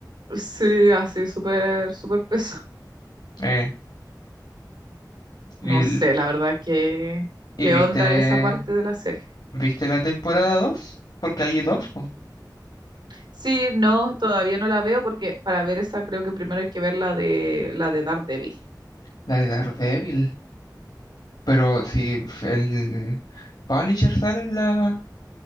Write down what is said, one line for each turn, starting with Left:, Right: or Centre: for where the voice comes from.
Right: Sí, así, súper, súper peso.
Left: eh ¿Y,
Right: No sé, la verdad, que
Left: y
Right: qué
Left: viste,
Right: onda esa parte de la serie.
Left: viste la temporada dos Porque hay dos, po,
Right: Sí, no, todavía no la veo porque para ver esa creo que primero hay que ver la de, la de Daredevil.
Left: la de Daredevil. Pero si f- el Punisher sale en la,